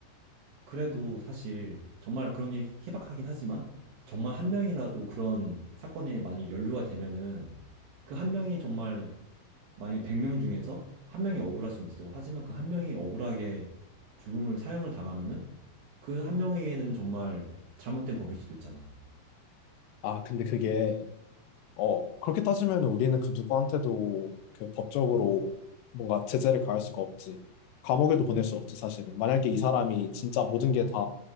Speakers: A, on the right; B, on the left.
A: 그래도 사실 정말 그런 일이 희박하긴 하지만 정말 한 명이라도 그런 사건에 만약에 연루가 되면은 그 한 명이 정말 만약에 100명 중에서 한 명이 억울할 수는 있어. 하지만 그 한 명이 억울하게 죽음을 사형을 당하면은 그 한 명에게는 정말 잘못된 법일 수도 있잖아.
B: 아, 근데 그게, 어, 그렇게 따지면 우리는 그 누구한테도 그 법적으로 뭔가 제재를 가할 수가 없지. 감옥에도 보낼 수 없지, 사실은. 만약에 이 사람이 진짜 모든 게 다,